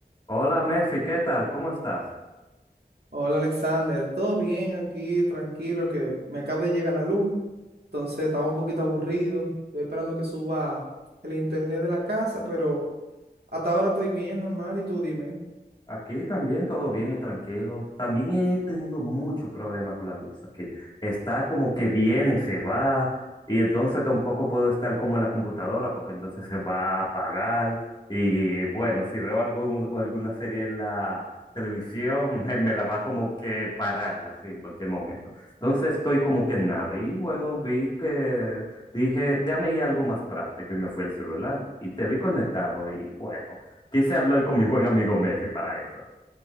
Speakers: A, on the left; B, on the right.
A: Hola Mefi, ¿qué tal? ¿Cómo estás?
B: Hola Alexander, todo bien aquí, tranquilo, que me acaba de llegar la luz, entonces estaba un poquito aburrido, estoy esperando que suba el internet de la casa, pero hasta ahora estoy bien, normal, y tú dime.
A: Aquí también todo bien y tranquilo. También he tenido mucho problema con la luz aquí. Está como que viene, se va, y entonces tampoco puedo estar como en la computadora porque entonces se va a apagar. Y bueno, si veo algo, o alguna serie en la televisión, <laughs> me la va como que parar así en cualquier momento. Entonces estoy como que en nada. Y bueno, vi que Dije, déjame ir a algo más práctico y me fue el celular y te vi conectado y bueno, Quise hablar con mi buen amigo Mefi para eso.